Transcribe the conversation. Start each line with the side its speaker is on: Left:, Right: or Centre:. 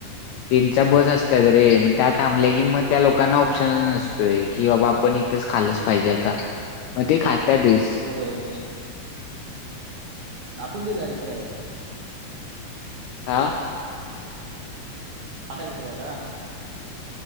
Left: त्यांचा बस असतात रे मग त्या थांबल्या की मग त्या लोकांना ऑप्शन नसतोय की बाबा आपण तेच खाल्लच पाहिजे आता मग ते खातातचं.
Right: होय आपण कधी जायच फिरायला?
Left: आह!
Right: आपण कधी जायच फिरायला?